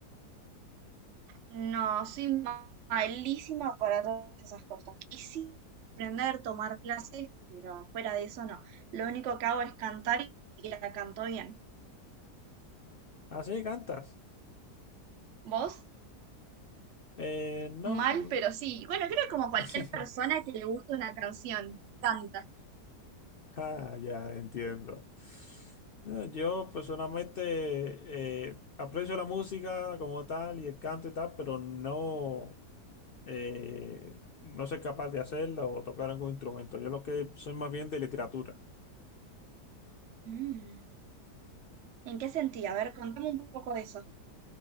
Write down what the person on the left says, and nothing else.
Ah, sí, cantas.
Eh, no.
<laughs>
Ah, ya entiendo. No, Yo personalmente eh, aprecio la música como tal y el canto y tal, pero no, eh, no soy capaz de hacerla o tocar algún instrumento. Yo lo que soy más bien de literatura.